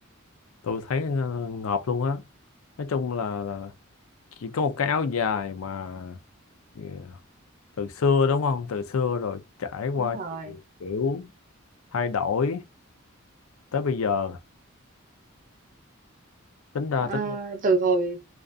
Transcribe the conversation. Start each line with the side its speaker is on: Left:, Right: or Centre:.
Left: tôi thấy ờ, ngợp luôn á nói chung là, là chỉ có một cái áo dài mà ờ, từ xưa đúng không từ xưa rồi trải qua
Right: đúng rồi
Left: nhiều kiểu thay đổi tới bây giờ tính ra
Right: à,
Left: tính
Right: từ hồi